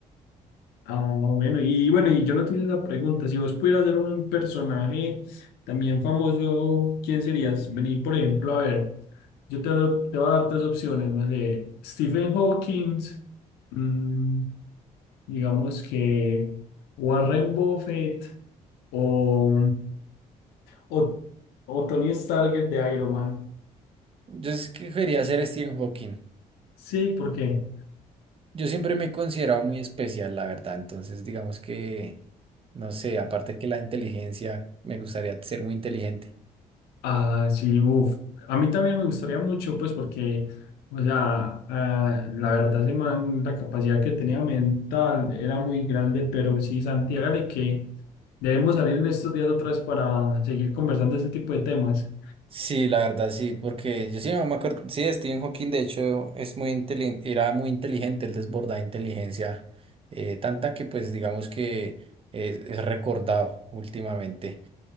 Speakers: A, on the left (about 85°); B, on the right (about 35°).
A: Ah, bueno. Y bueno, y yo no te hice la pregunta. Si vos pudieras ser un personaje también famoso, ¿quién serías? Vení, por ejemplo, a ver, yo te, te voy a dar tres opciones, no sé, Stephen Hawking, mm, digamos que Warren Buffett o, o, o Tony Stark de Iron Man.
B: Yo escogería ser Stephen Hawking.
A: Sí, porque
B: Yo siempre me he considerado muy especial, la verdad. Entonces, digamos que, no sé, aparte que la inteligencia, me gustaría ser muy inteligente.
A: ah, sí, uf, a mí también me gustaría mucho, pues porque, o sea, ah, la verdad, ese man, la capacidad que tenía mental era muy grande, pero sí, Santi, hágale que debemos salir en estos días otra vez para seguir conversando de este tipo de temas.
B: Sí, la verdad, sí, porque yo sí no me acuerdo, sí, Stephen Hawking, de hecho, es muy inteligente, era muy inteligente, él desbordaba inteligencia, eh, tanta que, pues, digamos que es, es recordado últimamente.